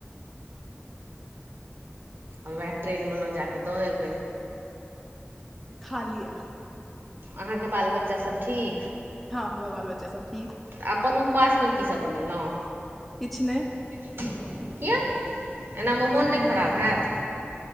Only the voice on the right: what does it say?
आओर वएह ट्रेनमे लऽ जाकऽ दऽ अबै।
अहाँकेँ बाल बच्चासभ ठीक।
तऽ अपन उपवास मे कीसभ बनेलहुँ
किया एनामे मोन नहि
खराब हैत।